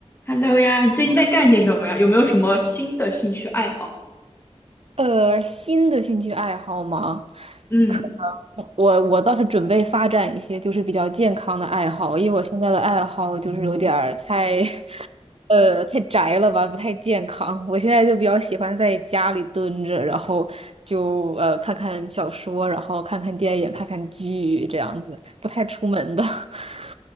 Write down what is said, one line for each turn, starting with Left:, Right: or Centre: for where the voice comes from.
Left: Hello 呀，你最近在干些什么呀？有没有什么新的兴趣爱好？
Right: 呃，新的兴趣爱好吗？
Left: 嗯，
Right: 可能我我倒是准备发展一些就是比较健康的爱好，因为我现在的爱好就是有点儿太 <laughs> 呃太宅了吧，不太健康。我现在就比较喜欢在家里蹲着，然后就呃看看小说，然后看看电影，看看剧这样子，不太出门的。<laughs>